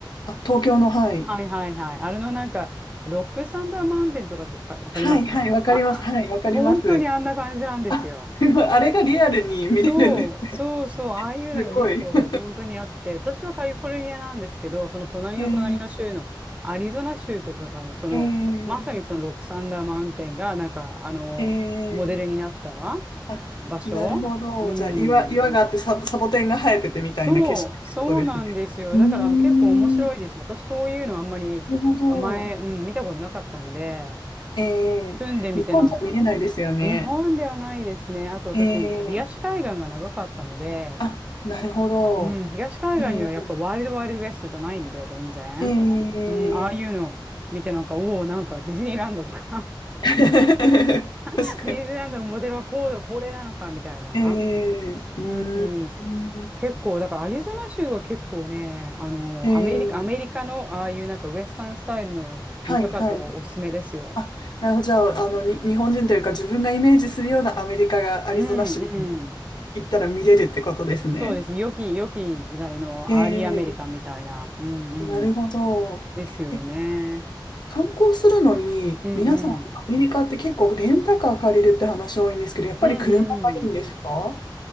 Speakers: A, on the left; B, on the right.
A: あ、東京の、はい。
B: いはいはい。あれのなんか、ロックサンダーマウンテンとかってわか、わかりますかあ、
A: はいはい、わかります。はい、わかります。
B: 本当にあんな感じなんですよ。
A: あ、すごい、あれがリアルに見れるんですね。
B: そう、そうそう、ああいうのが結構本当にあって、
A: すごい。<laughs>
B: 私はカリフォルニアなんですけど、その隣の隣の州のアリゾナ州とかが、
A: ええ
B: その、
A: ええ
B: まさにそのロックサンダーマウンテンが、なんか、あの、
A: あ、ええ
B: モデルになった
A: あ <laughs>
B: 場所うん。
A: なるほど。じゃあ、岩、岩があってサボ、サボテンが生えててみたいな景色ってことですね。
B: そう、そうなんですよ。
A: うーん、
B: だから結構面白いですよ。
A: な
B: 私、そういうのあんまり前、
A: るほど。
B: うん、見たことなかったんで、
A: ええ日本じゃ見れないですよね。
B: 住んでみてなんか、日本ではないですね。あと私、
A: ええ
B: 東海岸が長かったので、
A: あ、なるほど。
B: うん、東海岸にはやっぱワイルドワイルドウエストじゃないんで、
A: え
B: 全然。
A: えええ
B: うん、ああいうの見てなんか、おお、なんかディズニーランドとか
A: <laughs> 確かに。
B: <laughs> ディズニーランドのモデルはこうこれなのか、みたいな。
A: ええうーん、
B: うん、うん結構、だからアリゾナ州は結構ね、あの、
A: ええ
B: アメリカ、アメリカのああいうなんかウエスタンスタイルの見たかったらおすすめですよ。
A: はいはい。あ、なるほど。じゃあ、あの、に、日本人というか自分がイメージするようなアメリカがアリゾナ州に
B: うん、うん。
A: 行ったら見れるってことですね。
B: そうです。良き、良き時代のアーリーアメリカンみたいな。
A: ええ
B: うん、
A: なるほど。
B: うん。ですよね。
A: え、観光するのに、
B: うん、
A: 皆さん、
B: うん。
A: アメリカって結構レンタカー借りるって話多いんですけど、やっぱり車がいいんですか
B: うん、うん。